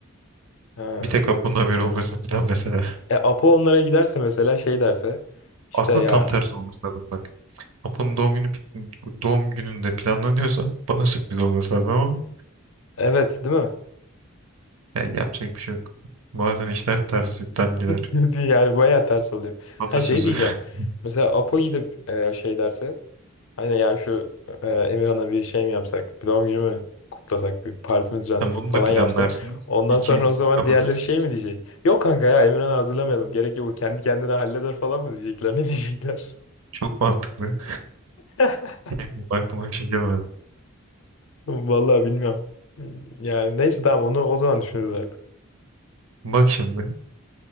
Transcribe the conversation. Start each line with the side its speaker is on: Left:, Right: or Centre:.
Left: Ha.
Right: Bir tek Apo'nun haberi olmasın falan mesela.
Left: E Apo onlara giderse mesela şey derse
Right: <laughs>
Left: işte
Right: Aslında
Left: ya
Right: tam tersi olması lazım bak. Apo'nun doğum günü pi- doğum gününde planlanıyorsa bana sürpriz olması lazım ama
Left: evet değil mi?
Right: ya yapacak bir şey yok. Bazen işler tersinden
Left: <laughs>
Right: gider.
Left: Yani bayağı ters oluyor.
Right: Atasözü.
Left: Her şey diyeceğim.
Right: <laughs>
Left: Mesela Apo gidip e, şey derse hani ya şu e, Emirhan'a bir şey mi yapsak? Bir doğum günü mü kutlasak? Bir parti mi düzenlesek
Right: Tam onu
Left: falan
Right: da planlarsınız.
Left: yapsa. Ondan
Right: İki
Left: sonra
Right: gün
Left: o zaman
Right: kapatırız.
Left: diğerleri şey mi diyecek? Yok kanka ya Emirhan'ı hazırlamayalım. Gerek yok. O kendi kendine halleder falan mı diyecekler? <laughs> Ne diyecekler?
Right: Çok mantıklı.
Left: <laughs>
Right: <laughs> Aklıma bir şey gelmedi.
Left: Vallahi bilmiyorum. Yani neyse tamam onu o zaman düşünürüz artık.
Right: Bak şimdi.